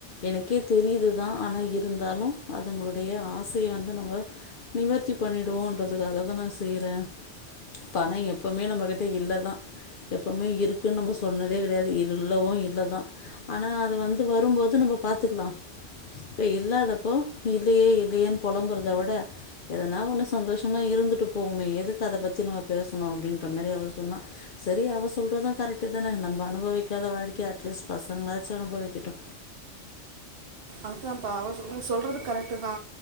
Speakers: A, on the left; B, on the right.
A: எனக்கே தெரியுதுதா ஆனா இருந்தாலு அதுங்களுடைய ஆசையை வந்து நம்ம நிவர்த்தி பண்ணிடுவோன்றதுக்காக தா நா செய்யிறே பணோ எப்பமே நம்மகிட்ட இல்லதா எப்பமே இருக்குன்னு நம்ம சொன்னதே கிடையாது இல்லவோ இல்லதா ஆனா அது வந் து வரும்போது நம்ம பாத்துக்கலா இப்ப இல்லாதப்போ இல்லையே இல்லையேன்னு போழம்பறத விட எதனா ஒண்ணு சந்தோஷமா இருந்துட்டு போவோமே எதுக்கு அத பத்தி நம்ம பேசணு அப்டின்ற மாரி அவ சொன்னா சேரி அவ சொல்றத கரெக்ட் தானே நம்ம அனுபவிக்காத வாழ்க்கைய அட்லீஸ்ட் பசங்களாச்சு அனுபவிக்கட்டு
B: அதாம் ப்பா அவ சொ நீ சொல்றது கரெக்ட்டு தா